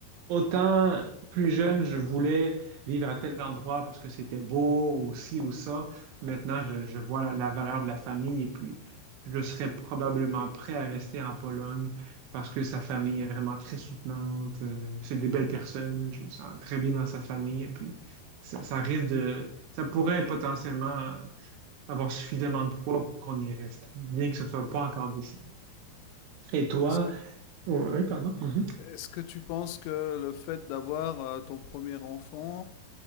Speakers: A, on the right; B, on the left.
A: autant plus jeune, je voulais vivre à tel endroit parce que c'était beau ou ci ou ça. Maintenant, je, je vois la, la valeur de la famille et puis, je serais probablement prêt à rester en Pologne parce que sa famille est vraiment très soutenante. euh, C'est des belles personnes. Je me sens très bien dans sa famille. Et puis, ça ça risque de ça pourrait potentiellement avoir suffisamment de poids pour qu'on y reste, bien que ce ne soit pas encore décidé. Et toi?
B: Est-ce que,
A: Oui, oui, pardon. Mhm.
B: est-ce que tu penses que le fait d'avoir euh, ton premier enfant